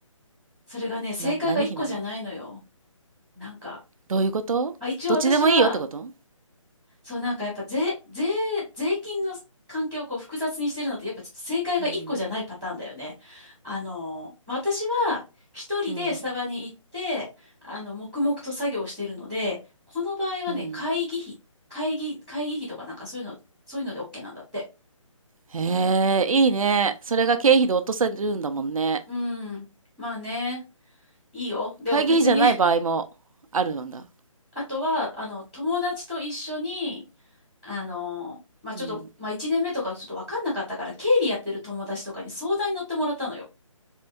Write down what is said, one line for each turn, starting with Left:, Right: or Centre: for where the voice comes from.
Centre: それがね、正解が1個じゃないのよ。
Right: な、何日なの
Centre: なんか、
Right: どういうことどっちでもいいよってこと
Centre: まあ、一応私は、そう、なんかやっぱ税、税、税金の関係をこう複雑にしてるのって、やっぱちょっと正解が一個じゃないパターンだよね。
Right: うん、
Centre: あの、まあ私は一人でスタバに行って、
Right: うん、
Centre: あの、黙々と作業してるので、この場合はね、
Right: うん。
Centre: 会議費、会議、会議費とかなんかそういうの、そういうので OK なんだって。
Right: へえ、いいね。それが経費で落とせるんだもんね。
Centre: うん。まあね、いいよ。でも別に
Right: 会議費じゃない場合もあるのだ。
Centre: <laughs> あとは、あの、友達と一緒に、あの、まあちょっと、
Right: うん。
Centre: まあ1年目とかちょっとわかんなかったから、経理やってる友達とかに相談に乗ってもらったのよ。